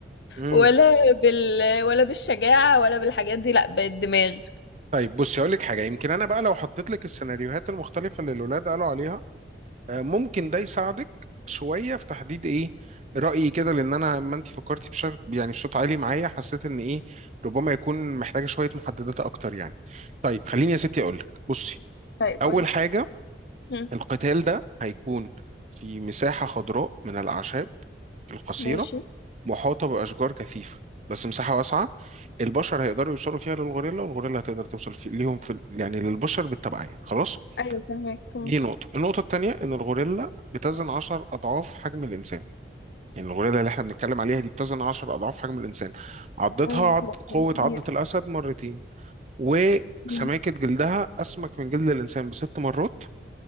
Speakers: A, on the right; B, on the left.
A: امم
B: ولا بال ولا بالشجاعة ولا بالحاجات دي لأ بالدماغ
A: طيب بصي اقول لك حاجه يمكن انا بقى لو حطيت لك السيناريوهات المختلفه اللي الاولاد قالوا عليها آه، ممكن ده يساعدك شويه في تحديد ايه رايي كده لان انا ما انت فكرتي بشكل يعني بصوت عالي معايا حسيت ان ايه ربما يكون محتاجه شويه محددات اكتر يعني طيب خليني يا ستي اقول لك بصي
B: طيب
A: اول
B: قولي
A: حاجه
B: هم.
A: القتال ده هيكون في مساحه خضراء من الاعشاب القصيره
B: ماشي
A: محاطه باشجار كثيفه بس مساحه واسعه البشر هيقدروا يوصلوا فيها للغوريلا والغوريلا هتقدر توصل في ليهم في يعني للبشر بالتبعيه خلاص
B: ايوه فهمك هم.
A: دي نقطة النقطة التانية إن الغوريلا بتزن 10 أضعاف حجم الإنسان يعني الغوريلا اللي إحنا بنتكلم عليها دي بتزن 10 أضعاف حجم الإنسان عضتها
B: مم،
A: عض...
B: لا،
A: قوة
B: كان كبير
A: عضة الأسد مرتين وسماكة
B: مم.
A: جلدها أسمك من جلد الإنسان بست مرات